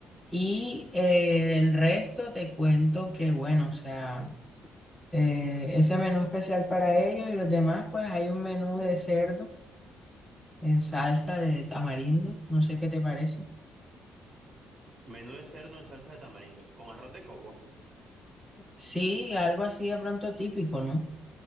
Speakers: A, on the right; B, on the right.
A: Y eh, del resto te cuento que, bueno, o sea, eh, ese menú especial para ellos y los demás, pues hay un menú de cerdo en salsa de tamarindo, no sé qué te parece.
B: Menú de cerdo en salsa de tamarindo, con arroz de coco.
A: Sí, algo así de pronto típico, ¿no?